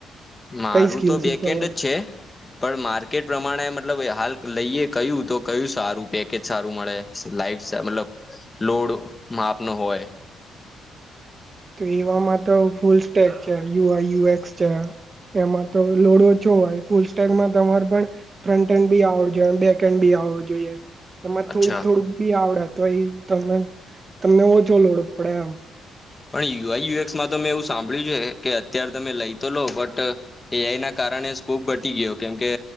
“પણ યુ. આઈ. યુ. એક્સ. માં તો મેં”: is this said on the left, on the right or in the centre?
Left